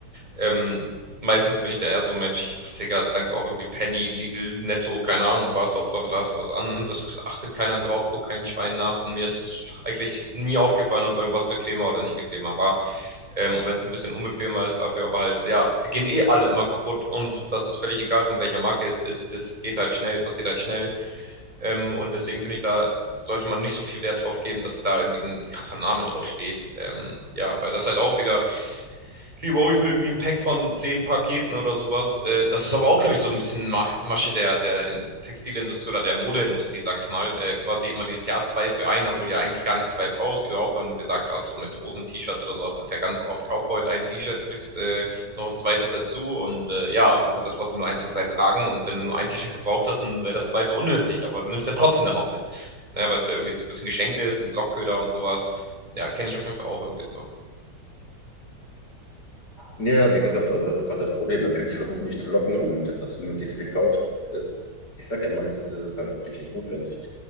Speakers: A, on the right; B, on the left.
A: ähm, Meistens bin ich da eher so, Mensch, Digga, es langt auch irgendwie Penny, Lidl, Netto, keine Ahnung was, Hauptsache da ist was an, das achtet keiner drauf, guckt kein Schwein nach und mir ist es eigentlich nie aufgefallen, ob irgendwas bequemer oder nicht bequemer war. Ähm, und wenn es ein bisschen unbequemer ist dafür, aber halt, ja, die gehen eh alle immer kaputt und das ist völlig egal, von welcher Marke es ist, das geht halt schnell, passiert halt schnell. Ähm, und deswegen finde ich, da sollte man nicht so viel Wert drauf geben, dass da irgendwie ein krasser Name drauf steht. Ähm, ja, weil das halt auch wieder lieber hole ich mir irgendwie ein Pack von zehn Paketen oder sowas. Äh, das ist aber auch, glaube ich, so ein bisschen Mach- Masche der, der in- Textilindustrie oder der Modeindustrie, sage ich mal. Äh, quasi immer dieses Jahr zwei für einen, obwohl du ja eigentlich gar nicht zwei brauchst, wie du auch vorhin gesagt hast, so mit Hosen, T-Shirts oder so hast du es ja ganz oft, kauf heute ein T-Shirt, du kriegst äh, noch ein zweites dazu und äh, ja, aber du kannst ja trotzdem nur eins zur Zeit tragen und wenn du nur ein T-Shirt gebraucht hast, dann wäre das zweite unnötig, aber du nimmst ja trotzdem dann noch mit, ne, weil es ja irgendwie so ein bisschen geschenkt ist, sind Lockköder und sowas. Ja, kenne ich auf jeden Fall auch irgendwie so.
B: Ja, wie gesagt, also das ist halt das Problem. Natürlich versuchen nicht zu locken und dass du möglichst viel kaufst. Äh, Ich sage ja, meistens ist es halt wirklich nicht notwendig.